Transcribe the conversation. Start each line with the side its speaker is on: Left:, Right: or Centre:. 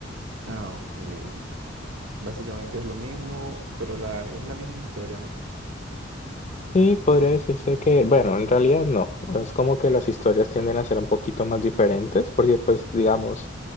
Right: Ah, ok. Básicamente es lo mismo, pero la, es la misma historia, ¿no?
Left: Sí, podría decirse que, bueno, en realidad no. Es como que las historias tienden a ser un poquito más diferentes, porque pues digamos,